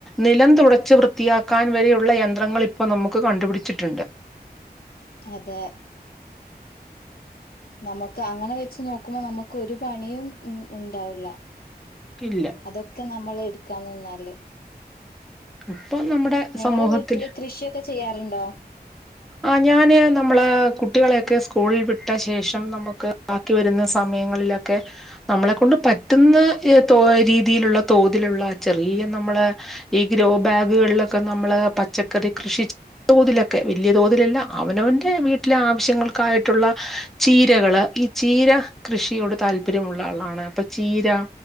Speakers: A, in the centre; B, on the left (about 60°).
A: നിലം തുടച്ച്‌ വൃത്തിയാക്കാൻ വരെയുള്ള യന്ത്രങ്ങൾ ഇപ്പൊ നമുക്ക് കണ്ടുപിടിച്ചിട്ടുണ്ട്.
B: അതെ. നമുക്ക് അങ്ങനെ വെച്ച് നോക്കുമ്പോ നമുക്ക് ഒരു പണിയും ഉ ഉണ്ടാവില്ല.
A: ഇല്ല.
B: അതൊക്കെ നമ്മൾ എടുക്കാനിന്നാല്
A: ഇപ്പൊ നമ്മുടെ
B: നിങ്ങള്
A: സമൂഹത്തിൽ
B: വീട്ടില് കൃഷിയൊക്കെ ചെയ്യാറുണ്ടോ?
A: ആഹ് ഞാന് നമ്മള് കുട്ടികളെയൊക്കെ സ്കൂളിൽ വിട്ട ശേഷം നമുക്ക് ആഹ് ക്കി വരുന്ന സമയങ്ങളിലൊക്കെ നമ്മളെ കൊണ്ട് പറ്റുന്ന രീതിയിലുള്ള തോതിലുള്ള ചെറിയ നമ്മളെ ഈ ഗ്രോ ബാഗുകളിലൊക്കെ നമ്മള് പച്ചക്കറി കൃഷി തോതിലൊക്കെ വെല്ല്യേ തോതിലല്ല അവനവൻ്റെ വീട്ടിലെ ആവശ്യങ്ങൾക്കായി
B: ആഹ് ആഹ്
A: ട്ടുള്ള ചീരകള് ഈ ചീര കൃഷിയോട് താല്പര്യമുള്ള ആളാണ് അപ്പൊ ചീര